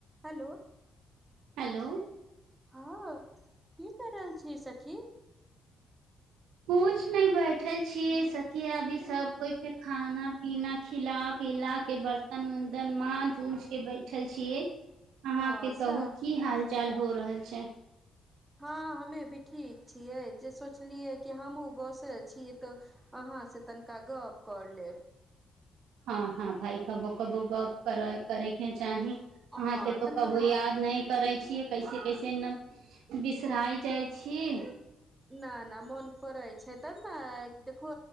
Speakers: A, on the right; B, on the right.
A: hello
B: hello
A: हँ की कर रहल छी सखी
B: कुछ नै बैठल छीयै सखी अभी सब कोइ के खाना पीना खिलाब पीला के बर्तन उर्तन माज उज के बैठल छियै अहाँके
A: हँ सर
B: कहू की हाल चाल हो रहल छै
A: हँ हमे भी ठीक छियै जे सोचलियै कि हमहहुँ बसल छियै तऽ अह हँ से तनिका गप क लेब
B: हँ हँ भइ कबो कबो गप कर करैके चाही अहाँके
A: हँ
B: तो
A: तनिका
B: कबो याद नहि करै छियै कैसे कैसे न बिसराइ जाइ छीय
A: ना ना मोन पै छै तब ने देखू